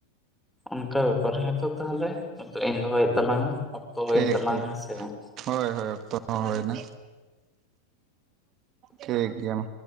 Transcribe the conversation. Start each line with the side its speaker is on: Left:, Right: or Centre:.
Centre: ᱚᱱᱠᱟ ᱵᱮᱯᱟᱨ ᱦᱮᱸᱛᱚ ᱛᱟᱦᱮᱞᱮ, ᱱᱤᱛᱳᱜ ᱤᱧ ᱫᱚᱦᱚᱭᱮᱫ ᱛᱟᱞᱟᱝᱼᱟ, ᱚᱠᱛᱚ ᱦᱩᱭᱮᱱ
Right: ᱴᱷᱤᱠ
Centre: ᱛᱟᱞᱟᱝᱼᱟ,
Right: ᱴᱷᱤᱠ
Centre: ᱦᱮᱸ ᱥᱮ ᱵᱟᱝ?
Right: ᱦᱳᱭ ᱦᱳᱭ ᱚᱠᱛᱚ ᱦᱚᱸ ᱦᱚᱭ ᱮᱱᱟ, ᱴᱷᱤᱠ ᱜᱮᱭᱟ ᱢᱟ᱾